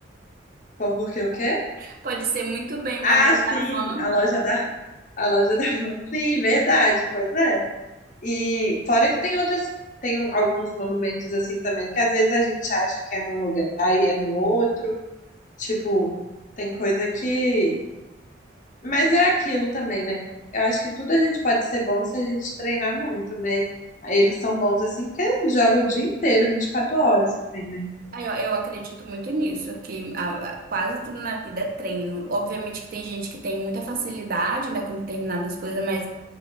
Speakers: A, on the left; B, on the right.
A: Pô, Porque o quê?
B: <laughs> Pode ser muito bem uma
A: Ah,
B: loja
A: sim,
B: Havan.
A: a loja da. A loja da mão. Sim, verdade, pois é. E fora que tem outras, tem um- alguns monumentos assim também, que às vezes a gente acha que é num lugar e é no outro. Tipo, tem coisa que. Mas é aquilo também, né? Eu acho que tudo a gente pode ser bom se a gente treinar muito, né? Aí Eles são bons assim porque jogam o dia inteiro, 24 horas também, né?
B: Aí, ó, Eu acredito muito nisso, que a- a- quase tudo na vida é treino. Obviamente que tem gente que tem muita facilidade, né, com determinadas coisas, mas,